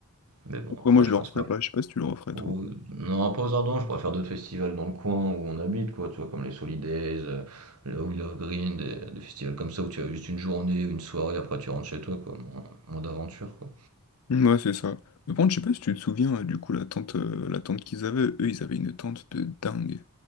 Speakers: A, on the right; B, on the left.
A: Mais bon,
B: Après,
A: après,
B: moi je
A: je
B: le
A: pense
B: referais
A: pas.
B: pas, je sais pas si tu le referais toi.
A: Ou- Non, pas aux Ardents, je préfère d'autres festivals dans le coin où on habite, quoi, tu vois, comme les Solidays, euh, le Wheel of Green, des, des festivals comme ça où tu as juste une journée, une soirée, après tu rentres chez toi, quoi, moins, moins d'aventure, quoi.
B: Mm, Ouais, c'est ça. Mais par contre, je sais pas si tu te souviens, euh, du coup, la tente, euh, la tente qu'ils avaient, eux ils avaient une tente de dingue.